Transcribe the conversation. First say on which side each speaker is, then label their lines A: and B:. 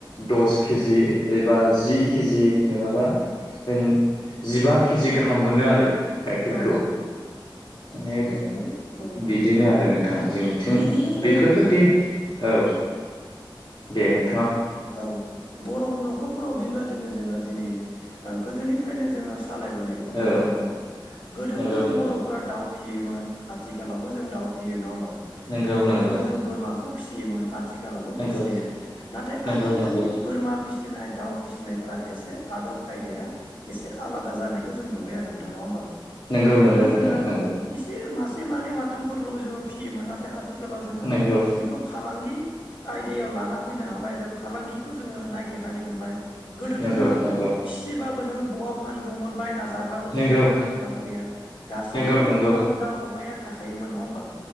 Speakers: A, on the left (about 70°); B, on the left (about 85°).
A: दस खिजि एबा जि खिजि नोङाबा होन जिबा खेजि गाहाम मोनो आरो। गाइखेरखौ
B: औ औ
A: माने
B: नंगौ औ
A: बिदिनो आरो नों थां। जोंनिथिं
B: बिदिनो जोङो
A: बेफोरबायदि औ दे नों
B: औ बर' न'खरफोराव बेबादिनो जोङो दिनै ओ गोदोनिफ्रायनो जोङो सालायबोनायखौ नुदों
A: औ
B: नङा होमबा गोदोबो
A: नंगौ
B: जों
A: नंगौ
B: बर'फोरा दाउ फियोमोन। आथिखालावबो जों दाउ फियो नङा होमबा
A: नंगौ
B: गोदोबो
A: नंगौ
B: जों बोरमाखौ फिसियोमोन आथिखालावबो
A: नंगौ
B: फिसियो। नाथाय
A: नंगौ
B: आ थिखालनि
A: नंगौ
B: बोरमा फिसिनाय दाउ फिसिनायफ्रा एसे आदब खायदाया एसे आलादा जानायखौ जों नुबाय आरो नोंथां नङा होमबा?
A: नंगौ
B: गोदो
A: नंगौ नोंथां
B: जोङो
A: नंगौ
B: इसे मास से मानै माथामफोरल' जोङो फियोमोन नाथाय आथिखालाव जोङो
A: नंगौ
B: बेखौ फालांगि आयदायाव लाना फैनो हाबाय जा फालांगिखौ जोङो नायागिरनानै मोनबाय। गोदोथ'
A: नंगौ
B: नोङो
A: नंगौ
B: फिसिबाबो नोङो बहा फानगौमोन बायना जाग्राबो गैया
A: नंगौ
B: फानग्राबो गैया गासैबो
A: नंगौ
B: न'खरावनो
A: नंगौ
B: दाव अमाया थाखायोमोन नङा होमबा?